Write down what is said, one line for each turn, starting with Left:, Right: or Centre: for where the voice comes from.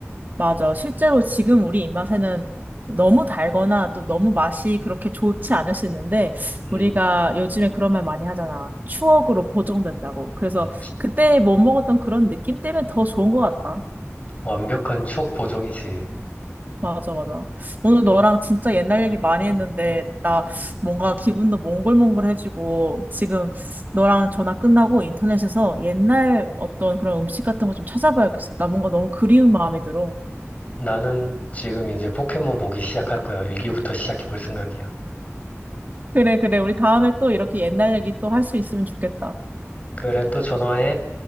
Right: 맞아. 실제로 지금 우리 입맛에는 너무 달거나 또 너무 맛이 그렇게 좋지 않을 수 있는데
Left: 음,
Right: 우리가 요즘에 그런 말 많이 하잖아. 추억으로 보정된다고. 그래서
Left: 음.
Right: 그때 못 먹었던 그런 느낌 때문에 더 좋은 것 같아.
Left: 완벽한 추억 보정이지.
Right: 맞아, 맞아. 오늘 너랑 진짜 옛날 얘기 많이 했는데 나 뭔가 기분도 몽글몽글해지고 지금 너랑 전화 끝나고 인터넷에서 옛날 어떤 그런 음식 같은 거 좀 찾아봐야겠어. 나 뭔가 너무 그리운 마음이 들어.
Left: 나는 지금 이제 포켓몬 보기 시작할 거야. 일기부터 시작해 볼 생각이야.
Right: 그래, 그래. 우리 다음에 또 이렇게 옛날 얘기 또 할 수 있으면 좋겠다.
Left: 그래, 또 전화해.